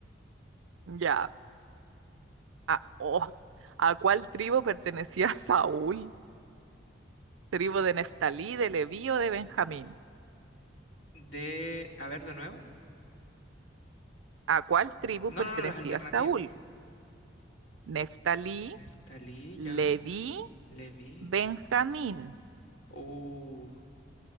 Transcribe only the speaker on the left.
De, a ver, de nuevo.
No,
no, no, las alternativas.
Neftalí, ya.
Leví.
Uh,